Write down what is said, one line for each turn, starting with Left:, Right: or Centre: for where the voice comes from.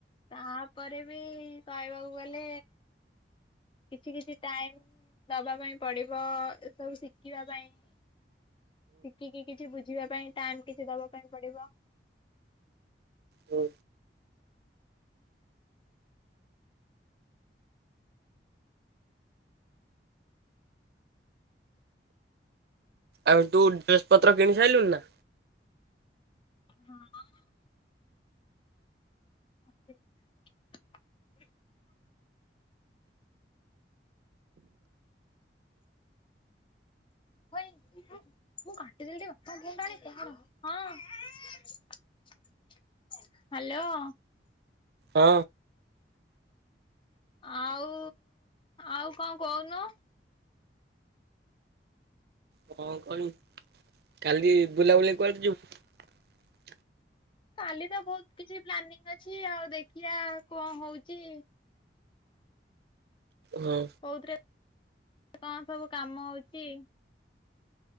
Left: ତାପରେ ବି କହିବାକୁ ଗଲେ କିଛି କିଛି ଟାଇମ ଦବା ପାଇଁ ପଡିବ, ଏ ସବୁ ଶିଖିବା ପାଇଁ। ଶିଖିକି କିଛି ବୁଝିବା ପାଇଁ। ଟାଇମ କିଛି ଦବା ପାଇଁ ପଡିବ।
Right: ହୁ। ଆଉ ତୁ ଡ୍ରେସ ପତ୍ର କିଣି ସାରିଲୁଣି ନା?
Left: ହଁ ଅଁ। <unintelligible> ହଇ। ମୁଁ କାଟି ଦେଲି ଟିକେ କଥା ହେଲାଣି କର ହଁ ଅଁ ହ୍ୟାଲୋ।
Right: ହଁ।
Left: ଆଉ ଆଉ କଣ କହୁନୁ?
Right: କଣ କହିବି କାଲି ବୁଲାବୁଲି କୁଆଡେ ଯିବୁ।
Left: କାଲି ତ ବହୁତ କିଛି ପ୍ଲାନିଂ ଅଛି ଆଉ ଦେଖିବା କଣ ହଉଚି।
Right: ହଁ
Left: କୋଉଥିରେ କଣ ସବୁ କାମ ହଉଚି।